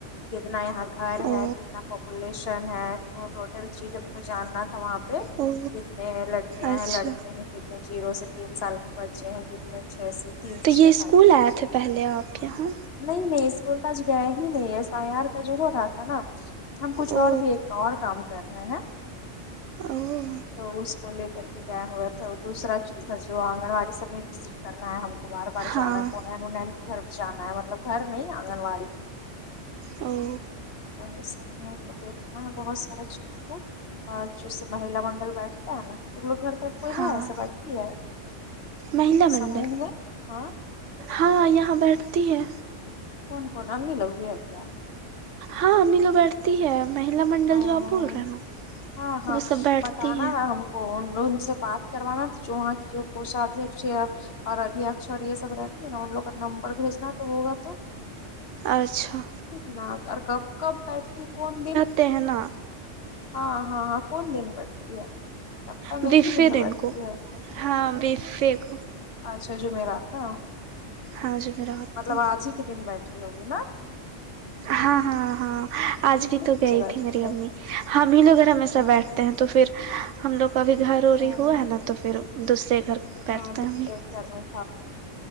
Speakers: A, on the left; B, on the right.
A: کتنا یہاں گھر
B: او
A: ہے کتنا پپولیشن ہے ٹوٹل چیز جاننا تھا وہاں پہ
B: او
A: کتنے لڑکیاں
B: اچھا
A: ہیں لڑکے ہیں کتنے جیرو سے تین سال تو بچے ہیں کتنے چھ سے تین سے
B: تو یہ
A: چھ
B: اسکول
A: سال کے بچے
B: آئے تھے پہلے آپ یہاں
A: نہیں نہیں اسکول تو آج گئے ہی نہیں ایس آئی آر کا جو ہو رہا تھا نا ہم کچھ
B: او
A: اور بھی اور کام کر رہے ہیں
B: او
A: تو اس کو لے کر کے گئے ہو دوسرا چیز ہے جو آنگن واڑی سب میں وزٹ کرنا ہے ہم کو بار بار
B: ہاں
A: جانا کون ہے نونین کے گھر پہ جانا ہے مطلب گھر نہیں آنگن واڑی
B: او
A: اور یہ سب میں ان کو دیکھنا ہے بہت سارے چیز کو اور جیسے مہیلا منڈل بیٹھ گھر پے کوئی
B: ہاں
A: ہے ایسا باتتی ہے
B: مہیلا منڈل
A: سموہ میں ہاں
B: ہاں یہاں بیٹھتی ہے
A: کون کون امی لوگ بھی ہے کیا
B: ہاں امی لوگ بیٹھتی ہے مہیلا منڈل
A: اور
B: جو آپ بول رہے ہیں نا
A: ہاں ہاں
B: وہ سب بیٹھتی
A: بتانا
B: ہے
A: نا ہم کو ان لوگ سے بات کروانا جو وہاں کی جو پوش <unintelligible> اور ادی اور اکشر یہ سب رہتی ہے نا ان لوگ نمبر بھیجنا تو ہوگا تو
B: اچھا
A: ٹھیک نا اور کب کب بیٹھتی کون دن
B: تھے ہے نا
A: ہاں ہاں ہاں کون دن پ سب تم
B: وفے
A: ایک ھی دن میں بیٹھتی
B: کو
A: ہے
B: ہاں وفے کو
A: اچھا جمعرات نا
B: ہاں جمعرات
A: مطلب
B: کو
A: آج ہی کے دن بیٹھی ہوگی نا
B: ہاں ہاں ہاں
A: کتنے
B: آج بھی
A: بجے
B: تو گئی
A: بیٹھتی
B: تھی میری
A: ہے
B: امی ہم ہی لوگ ا ہمیشہ
A: او
B: بیٹھتے ہیں تو پھر ہم لوگ کا بھی گھر ہو
A: او
B: رہی ہوا ہے نا تو پھر دوسرے گھر بیٹھتے
A: <unintelligible>
B: ہیں ہمیں